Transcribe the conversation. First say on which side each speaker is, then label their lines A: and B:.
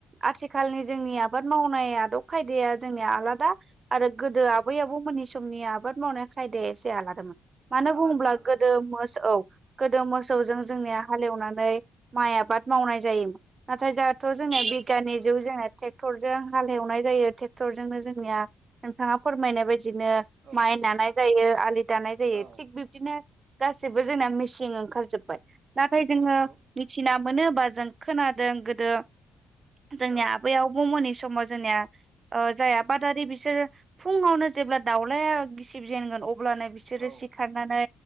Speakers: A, on the right (about 45°); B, on the right (about 60°).
A: आथिखालनि जोंनि आबाद मावनाय आदब-खायदाया जोंनिया आलादा आरो गोदो आबै-आबौमोननि समनि आबाद मावनाया खायदाया एसे आलादामोन। मानो
B: आलादा
A: बुंङोब्ला
B: आलादा
A: गोदो मोस औ गोदो मोसौजों जोंनिया हालेवनानै माइ आबाद मावनाय जायोमोन। नाथाय दा थ जों निया
B: जायोमोन
A: बिगानिख जुग।
B: औ
A: जोंनिया थेख टर जों हालेवनाय जायो। टेक्टरजोंनो जोंनिया नोंथांङा फोरमायनाय बायदि बिदिनो
B: औ
A: माइ नानाय जायो, आलि दानाय जायो।
B: औ
A: थिग बिबदिनो गाससिबो जोंना मिसिं ओंखारजोबबाय। नाथाय जोङो
B: नंगौ
A: मिथिना मोनो होमबा जों खोनादों गोदो जोंनि
B: औ
A: आबै-आबौ मोननि समाव जोंनिया जाया आबादारि बिसोरो फुङावनो जेब्ला दावलाया गिसिब जेनगोन अ अब्लानो बिसोरो
B: औ
A: सिखारनानै